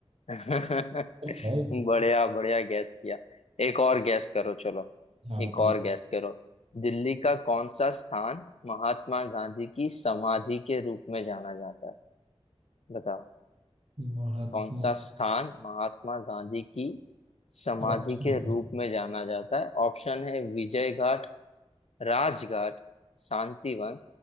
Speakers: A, on the left (about 85°); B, on the right (about 65°).
A: <laughs>
B: भाई
A: बढ़िया बढ़िया गैस किया एक और गैस करो चलो
B: हाँ
A: एक
B: बताइए
A: और गैस करो दिल्ली का कौन सा स्थान महात्मा गांधी की समाधि के रूप में जाना जाता है बताओ
B: महात्मा
A: कौन सा स्थान महात्मा गांधी की समाधि
B: ऑप्शन
A: के रूप में जाना जाता है ऑप्शन है विजय घाट राजघाट शांतिवन